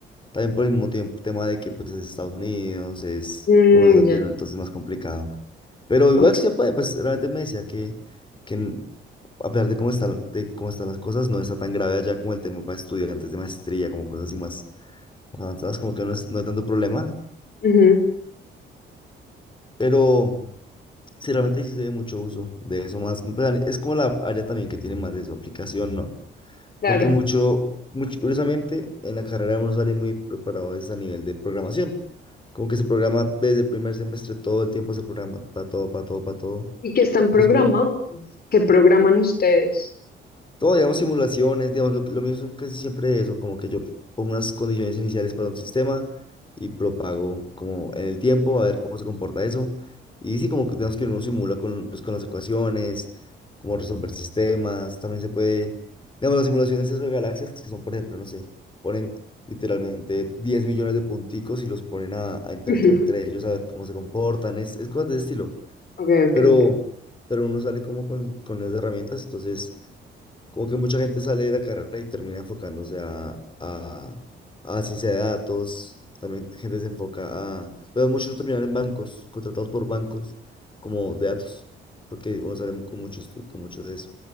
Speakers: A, on the left; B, on the left.
A: También por el mismo tiempo, tema de que pues es Estados Unidos, es
B: Mm,
A: uno es latino,
B: ya,
A: entonces es más complicado. Pero igual
B: ok.
A: sí se puede, pues realmente me decía que, que n- a pesar de cómo están, de cómo están las cosas, no está tan grave allá como el tema para estudiantes de maestría, como cosas así más avanzadas, como que no es, no hay tanto problema.
B: Ujú,
A: Pero. Sí, realmente sí se ve mucho uso de eso más. pues, Es como la área también que tiene más de su aplicación, ¿no?
B: Claro.
A: Porque mucho, mucho, curiosamente, en la carrera uno sale muy preparado es a nivel de programación. Como que se programa desde el primer semestre, todo el tiempo se programa para todo, para todo, para todo.
B: ¿Y qué están
A: Entonces,
B: programando?
A: como
B: ¿Qué programan ustedes?
A: Todo, digamos, simulaciones, digamos, lo, que- lo mío son casi siempre eso, como que yo pongo unas condiciones iniciales para un sistema y propago como en el tiempo, a ver cómo se comporta eso. Y sí, como que digamos que uno simula con, pues, con las ecuaciones, como resolver sistemas, también se puede, digamos, las simulaciones de galaxias, que son, por ejemplo, no sé, ponen literalmente 10 millones de punticos y los ponen a, a interactuar
B: <laughs>
A: entre ellos, a ver cómo se comportan, es, es
B: Mm,
A: cosas de ese estilo.
B: Ok, ok,
A: Pero,
B: ok.
A: pero uno sale como con, con las herramientas, entonces como que mucha gente sale de la carrera y termina enfocándose a, a, a ciencia de datos, también gente se enfoca a, pero muchos terminan en bancos, contratados por bancos como de datos, porque uno sale con muchos con mucho de eso.